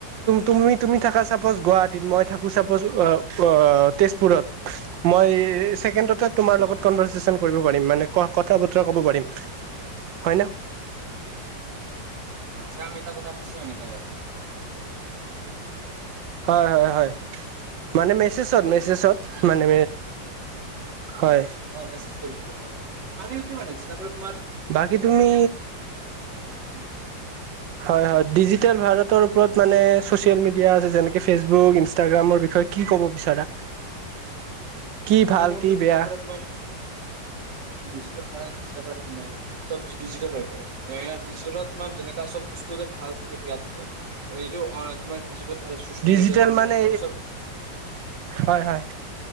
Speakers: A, on the right; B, on the right.
A: তুমি তুমি থাকা চাপৈচ গুৱাহাটীত মই থাকো চাপৈচ অ অ তেজপুৰত মই চেকেন্দত। তোমাৰ লগত
B: অ
A: কনভাৰ। কৰিব পাৰিম মানে ক। কথা বতৰা ক'ব পাৰিম। হয় ন
B: যামিতা কথাছো এনেকায়।
A: হয় হয় হয়। মানে মেছেজত
B: বুজি
A: মেছেজত
B: মানে
A: মানে। হয়
B: অ মেছেজ কৰি পেলা অ। মানে হেইটো মানেছে।
A: বাকী তুমি,
B: উম
A: হয় হয় ডিজি। ডিজিটেল ভাৰতৰ ওপৰত মানে। চ'চিয়েল মিডিয়া আছে যেনেকে,। ফেচবুক ইনষ্টাগ্ৰামৰ বিষয়ে কি ক'ব বিচাৰা। কি ভাল
B: মই ভাবো
A: কি
B: বিচতাৰ
A: বেয়া
B: পৰা তোমাৰ বিচ। তোমাৰ চব ডিজি হৈ ডিজিলত তোমাৰ যেনেকা চব বস্তু যে ভাল থাকে বেয়া থাকে এইটো তোমাৰ ডিজিটেল। ভাৰত চচিয়েল
A: ডিজিটেল
B: মিডিয়াটো
A: মানে,
B: তোমাৰ চব
A: হয় হয়।